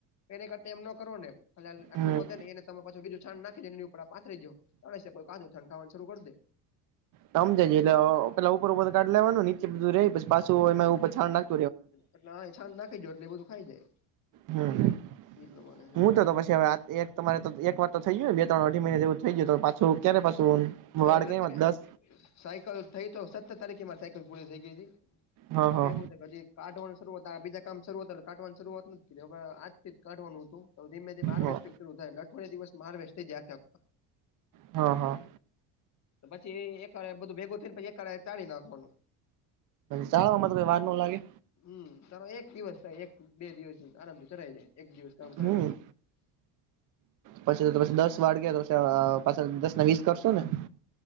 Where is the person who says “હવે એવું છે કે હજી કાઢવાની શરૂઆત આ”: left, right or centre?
Left